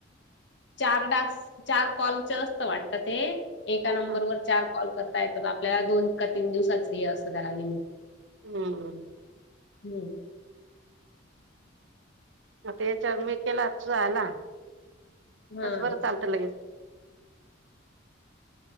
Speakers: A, on the left; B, on the right.
A: चार डाक्स चार कॉलच असत वाटत ते एका नंबरवर
B: हं
A: चार कॉल करता येतात आपल्याला दोन का तीन दिवसाच हे असंत त्याला लिमिट.
B: हम्म
A: हम्म
B: आता याच्यावर मी केला तुझा आला
A: हा
B: तस बरं चालतं लगेच.